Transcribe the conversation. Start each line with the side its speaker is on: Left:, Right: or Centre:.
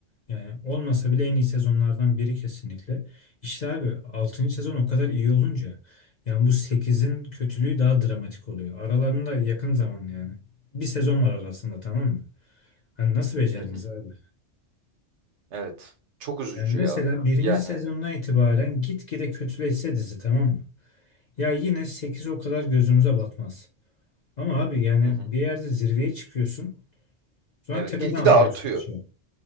Left: Yani olmasa bile en iyi sezonlardan biri kesinlikle. İşte abi altıncı sezon o kadar iyi olunca yani bu sekizin kötülüğü daha dramatik oluyor. Aralarında yakın zaman yani. Bir sezon var arasında tamam mı? Hani nasıl becerdiniz
Right: Hı hı.
Left: abi?
Right: Evet. Çok üzücü
Left: Yani mesela
Right: ya.
Left: birinci
Right: Yani
Left: sezondan itibaren gitgide kötüleşse dizi tamam mı? Ya yine 8 o kadar gözümüze batmaz. Ama abi yani
Right: hı hı.
Left: bir yerde zirveye çıkıyorsun sonra
Right: Evet,
Left: tepeden
Right: gitgide
Left: atlıyorsun.
Right: artıyor.
Left: aşağı.